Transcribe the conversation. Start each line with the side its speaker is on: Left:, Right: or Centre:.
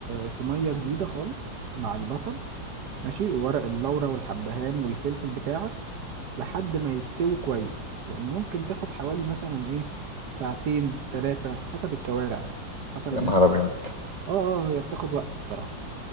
Right: في ميه جديده خالص مع البصل ماشي وورق اللورة والحبهان والفلفل بتاعك لحد ما يستووا كويس يعني ممكن تاخد حوالي مثلا ايه ساعتين ثلاثه حسب الكوارع يعني حسب
Left: يا
Right: اللي
Left: نهار
Right: انت
Left: ابيض
Right: اه اه هي بتاخد وقت الصراحه